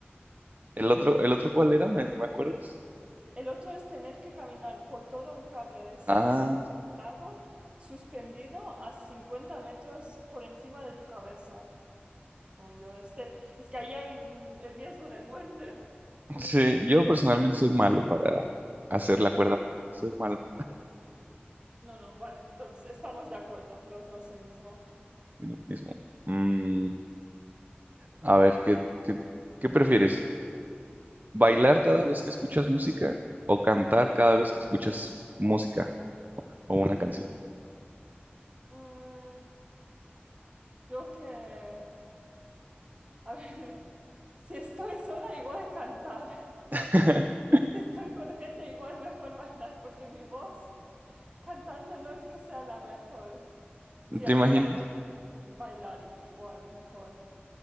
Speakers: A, on the right; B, on the right.
A: ¿El otro, el otro cuál era? ¿Me, me acuerdas?
B: El otro es tener que caminar por todo un cable de siete
A: Ah.
B: metros de largo, suspendido a 50 metros por encima de tu cabeza. No, yo este, es que ahí hay mm, el riesgo de muerte.
A: Sí, yo personalmente soy malo para hacer la cuerda floja. Soy malo
B: No, no, vale, entonces estamos de acuerdo, los dos ahí mismo.
A: en lo mismo. Mm, a ver, ¿qué, qué, qué prefieres? ¿Bailar cada vez que escuchas música o cantar cada vez que escuchas música o una canción?
B: Mm, yo que, a ver, <laughs> si estoy sola igual cantar, <laughs>
A: <laughs>
B: si estoy con gente igual mejor bailar, porque mi voz cantando no es que sea la mejor. Sí,
A: ¿Te
B: a
A: imaginas?
B: ver, yo creo que bailar igual mejor.